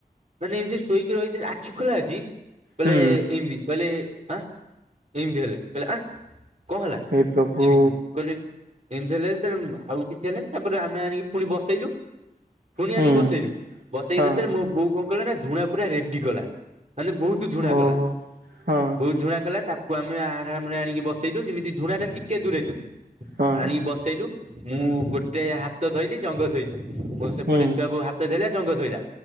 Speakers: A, on the right (about 45°); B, on the right (about 75°).
A: ମାନେ ଏମିତି ଶୋଇକି ରହି ଖଠ ଖୋଲା ଅଛି କହିଲେ
B: ହୁଁ
A: ଏମିତି କହିଲେ ହଁ ଏମିତି ହେଲେ କହିଲେ ଆ କଣ ହେଲା
B: ହେ ପ୍ରଭୁ
A: ଏମତି କହିଲେ ଏମିତି ହେଲେଲେ ଆଉ କିଛି ହେଲେଣିି ତାପରେ ଆମେ ଆଣିକି ପୁଣି ବସେଇଲୁ ଶୁଣି
B: ହୁଁ
A: ଆଣିକି ବସେଇଲୁ ବସେଇକି
B: ହଁ
A: ଦେତେବେଳେ ମୋ ବୋଉ କଣ କଲେ ନା ଝୁଣା ପୁରା ରେଡି କଲା ମାନେ ବହୁତ ଝୁଣା
B: ଓହୋ
A: କଲା
B: ହଁ
A: ବହୁତ ଝୁଣା କଲା ତା ଆମେ ଆରାମରେ ଆଣିକି ବସେଇଛୁ ଯେମିତି ଝୁଣା ଟା ଟିକେ ଦୂରେୁ
B: ହଁ
A: ଆଣିକି ବସେଇଲୁ ମୁଁ ଗୋଟେ ହାତ ଧୋଇଲି ଜଙ୍ଗ ଧୋଇଲି ମୋ ସେପଟେ
B: ହୁଁ
A: ଛୁଆ ବୋଉ ହାତ ଧୋଇଲା ଜଙ୍ଗ ଥୋଇଲା